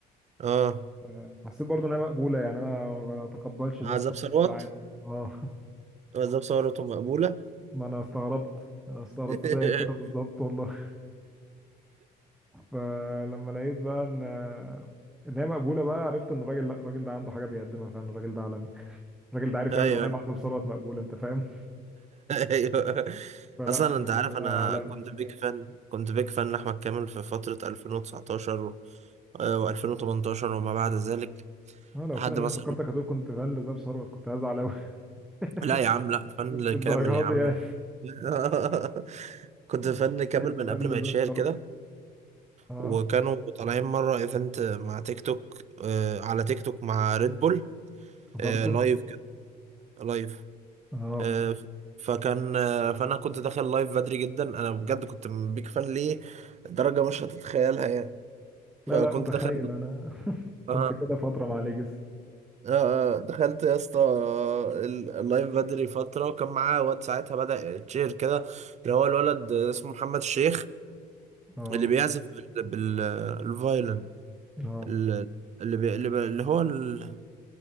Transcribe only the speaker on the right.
اه
عزاب
ثروت
بالظبط ثورته مقبولة
<laughs>
ايوه
<laughs>
ايوه
اصلا
انت عارف
انا
كنت بيك فان كنت بيك فان لاحمد كامل في فترة 2019 و2018 وما بعد ذلك
لحد
مثلا
لا يا عم لا فن
كامل يا عم
<laughs>
كنت
فن كامل
من
قبل ما
يتشهر
كده
وكانوا طالعين مرة ايفنت مع تيك توك آه، على تيك توك مع ريد بول
آه، لايف كده لايف
آه، ف- فكان آه، فانا كنت داخل لايف بدري جدا انا بجد كنت بيك فان ليه درجه مش هتتخيلها يعني فكنت
داخل
اه
آه، آه، دخلت يا اسطى ال- اللايف بدري فتره وكان معاه واد ساعتها بدأ تشير كده اللي هو الولد اسمه محمد الشيخ
اللي بيعزف بال- بال- الفايلن
ال- اللي بي... اللي, بي... اللي هو ال-